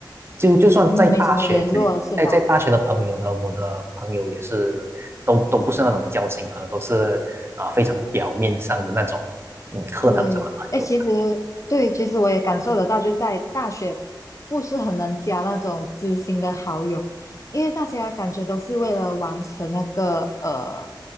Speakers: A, on the right (about 30°); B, on the left (about 40°).
A: 就就算在大学，
B: 嗯，没什么联络是吧？
A: 在在在大学的朋友呢，我的朋友也是都都不是那种交心朋友，都是啊、非常表面上的那种，嗯，课堂上的朋友。
B: 对，哎，其实对，其实我也感受得到，就在大学不是很能交那种知心的好友，因为大家感觉都是为了完成那个呃